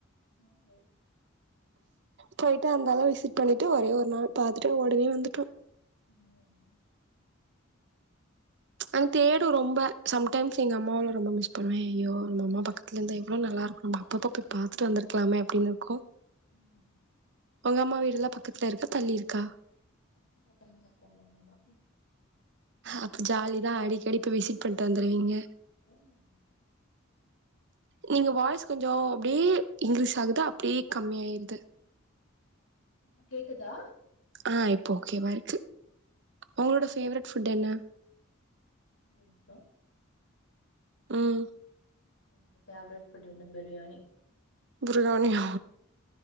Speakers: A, on the left; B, on the right.
A: அ ஓ
B: போய்ட்டு அந்தால விசிட் பண்ணிட்டு ஒரே ஒரு நாள் பாத்துட்டு ஒடனே வந்துட்டோ
A: ம்
B: அ தேடு ரொம்ப சம்டைம்ஸ் எங்க அம்மாவல்லா ரொம்ப மிஸ் பண்ணுவேன் ஐயோ நம்ம அம்மா பக்கத்துலந்தா எவ்ளோ நல்லா இருக்கணுமா அப்பப்ப போய் பாத்துட்டு வந்திருக்கலாமே அப்டின்னு இருக்கு
A: ம்
B: உங் அம்மா வீடு எல்லா பக்கத்துல இருக்கா தள்ளி இருக்கா
A: பக்கம் பக்கமா இருக்கோலம் அதா
B: ஆ அப்ப ஜாலிதா அடிக்கடி போய் விசிட் பண்ட்டு வந்துருவீங்க
A: ஆமாம்
B: நீங்க வாய்ஸ் கொஞ்சொ அப்டியே இங்க்ரீஸ் ஆகுது அப்டியே கம்மி ஆயிருது
A: இப்ப கேக்குதா
B: ஆ இப்போ ஓகேவா இருக்கு உங்களோட ஃபேவரட் ஃபுட் என்ன
A: ஒரே நிமிஷோ
B: ம்
A: என்னோட ஃபேவரட் ஃபுட் வந்து பிரியாணி
B: பிரியாணியா